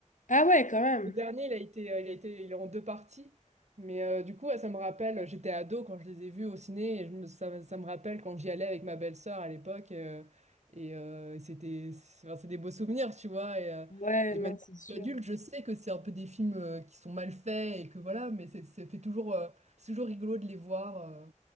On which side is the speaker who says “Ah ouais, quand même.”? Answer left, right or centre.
Left